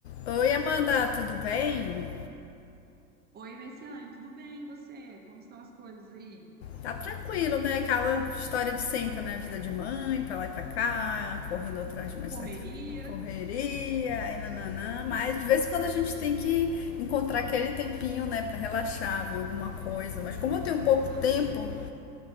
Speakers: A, on the left (about 45°); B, on the right (about 20°).
A: Oi, Amanda, tudo bem?
B: Oi, Messiane, tudo bem? E você? Como estão as coisas aí?
A: Tá tranquilo, né? Aquela história de sempre, né? Vida de mãe, pra lá e pra cá, correndo atrás de uma
B: Correria?
A: certa correria, e nananã. Mas de vez em quando a gente tem que encontrar aquele tempinho, né, pra relaxar, ver alguma coisa. Mas como eu tenho pouco
B: Ah,
A: tempo,
B: com certeza.